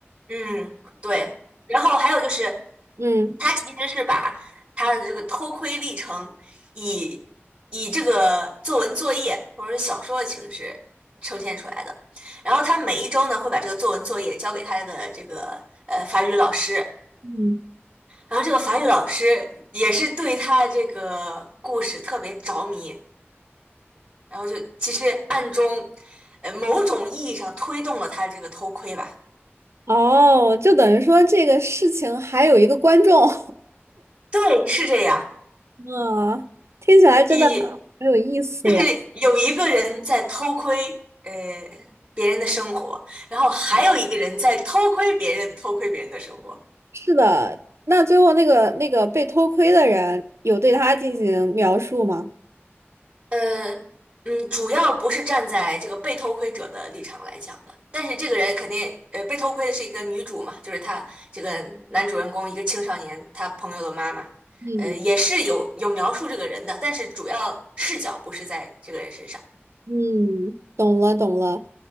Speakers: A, on the right; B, on the right.
A: 嗯，对。然后还有就是，
B: 嗯
A: 他其实是把他的这个偷窥历程以以这个作文作业或者是小说的形式呈现出来的。然后他每一周呢会把这个作文作业交给他的这个呃法语老师，
B: 嗯，
A: 然后这个法语老师也是对他这个故事特别着迷，然后就其实暗中呃某种意义上推动了他这个偷窥吧。
B: 哦，就等于说这个事情还有一个观众，
A: 对，是这样。
B: <laughs> 啊，听起来真的
A: 以
B: 很有意思呀。
A: 就是有一个人在偷窥呃别人的生活，然后还有一个人在偷窥别人偷窥别人的生活。
B: 是的，那最后那个那个被偷窥的人有对他进行描述吗？
A: 呃，嗯，主要不是站在这个被偷窥者的立场来讲的，但是这个人肯定呃被偷窥的是一个女主嘛，就是她这个男主人公一个青少年，他朋友的妈妈，
B: 嗯
A: 呃，也是有有描述这个人的，但是主要视角不是在这个人身上。
B: 嗯，懂了懂了。